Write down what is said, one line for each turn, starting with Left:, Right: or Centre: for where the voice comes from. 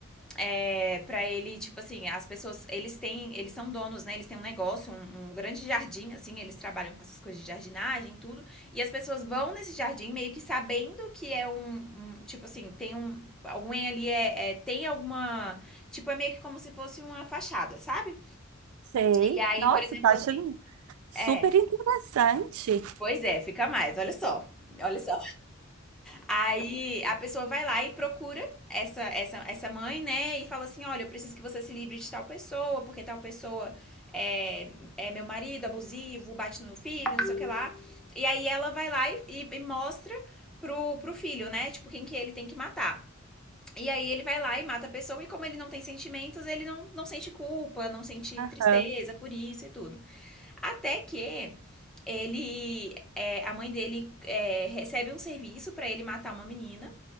Centre: é, para ele, tipo assim, as pessoas, eles têm, eles são donos, né? Eles têm um negócio, um, um grande jardim, assim, eles trabalham com essas coisas de jardinagem e tudo. E as pessoas vão nesse jardim meio que sabendo que é um, um tipo assim, tem um, alguém ali é, é, tem alguma, tipo, é meio que como se fosse uma fachada, sabe?
Right: Sei.
Centre: E aí,
Right: Nossa,
Centre: por exemplo,
Right: tá achando
Centre: assim,
Right: super
Centre: é,
Right: interessante.
Centre: pois é, fica mais, olha só, olha só. Aí a pessoa vai lá e procura essa, essa, essa mãe, né? E fala assim: olha, eu preciso que você se livre de tal pessoa, porque tal pessoa é, é meu marido abusivo, bate no meu filho, não sei o que lá. E aí ela vai lá e, e- e mostra pro, pro filho, né? Tipo, quem que ele tem que matar. E aí ele vai lá e mata a pessoa, e como ele não tem sentimentos, ele não, não sente culpa, não sente
Right: Aham.
Centre: tristeza por isso e tudo. Até que ele, é, a mãe dele é, recebe um serviço pra ele matar uma menina.